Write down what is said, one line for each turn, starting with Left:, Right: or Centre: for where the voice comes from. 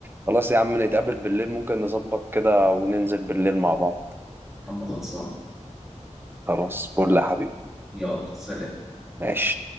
Right: خلاص يا عم نتقابل بالليل ممكن نظبط كده وننزل بالليل مع بعض
Centre: يا عم خلصان
Right: خلاص فل يا حبيبي
Centre: يلا سلام
Right: ماشي